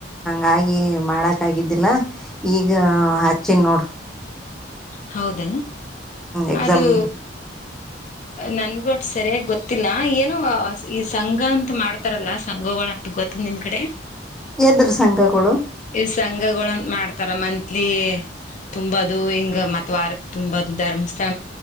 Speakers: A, in the centre; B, on the left (about 40°).
A: ಹಾಗೆ ಮಾಡಕಾಗಿದ್ದಿಲ್ಲ ಈಗ ಹಚ್ಚಿ ನ ನೋಡ
B: ಹೌದ
A: ಎಕ್ಸಾಮ್
B: ಅದು ನನಗೂ ಅಷ್ಟ ಸರಿಯಾಗಿ ಗೊತ್ತಿಲ್ಲ ಏನು ಈ ಸಂಘ ಅಂತ ಮಾಡ್ತಾರಲ್ಲಾ ಸಂಘ ಗೋಳ ಅಂತ ಗೊತ್ತದ ನಿಮ್ ಕಡೆ
A: ಎದ್ರ ಸಂಘಗಳು
B: ಈ ಸಂಘಗಳಂತ ಮಾಡ್ತಾರ ಮಂತ್ಲಿ ತುಂಬದು ಹಿಂಗ ಮತ್ ವಾರಕ್ ತುಂಬದು ಧರ್ಮಸ್ಥಳ